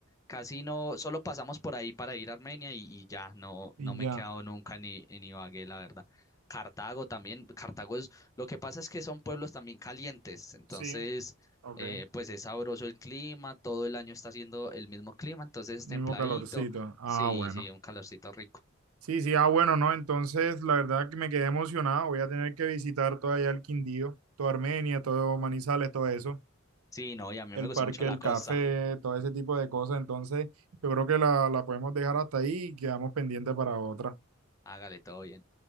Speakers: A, on the left; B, on the right.
A: Casi no, solo pasamos por ahí para ir a Armenia y, y ya, no,
B: y
A: no me
B: ya.
A: he quedado nunca ni en Ibagué, la verdad. Cartago también, Cartago es, lo que pasa es que son pueblos también calientes, entonces,
B: Sí, ok.
A: eh, pues es sabroso el clima, todo el año está haciendo el mismo clima, entonces es
B: Mismo
A: templadito,
B: calorcito. Ah,
A: sí,
B: bueno.
A: sí, un calorcito rico.
B: Sí, sí, ah, bueno, no, entonces la verdad que me quedé emocionado. Voy a tener que visitar todo allá el Quindío, toda Armenia, todo Manizales, todo eso,
A: Sí, no, y a mí
B: el
A: me gustó
B: Parque
A: mucho la
B: del
A: costa,
B: Café, todo ese tipo de cosas. Entonces, yo creo que la, la podemos dejar hasta ahí y quedamos pendientes para otra.
A: hágale todo bien.